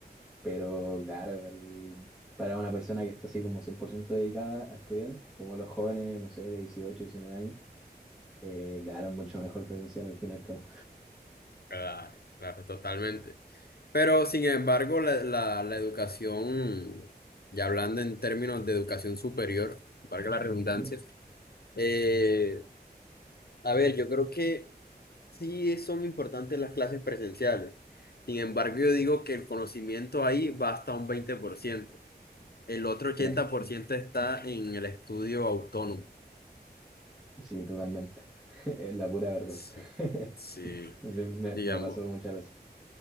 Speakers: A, in the centre; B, on the left.
A: Pero claro, el- para una persona que está así como 100% dedicada a estudiar, como los jóvenes, no sé, de 18 19 años, eh, claro, es mucho mejor presencial al fin y al cabo.
B: claro, claro, totalmente. Pero sin embargo, la, la, la educación, ya hablando en términos de educación superior, valga la redundancia,
A: Ujú.
B: eh, a ver, yo creo que... Sí, son importantes las clases presenciales. Sin embargo, yo digo que el conocimiento ahí va hasta un veinte por ciento, El otro ochenta
A: Sí,
B: por ciento está en el estudio autónomo.
A: sí, totalmente. <laughs> Es la pura verdad.
B: Sí,
A: <laughs>
B: sí,
A: Me,
B: digamos,
A: me pasó muchas veces.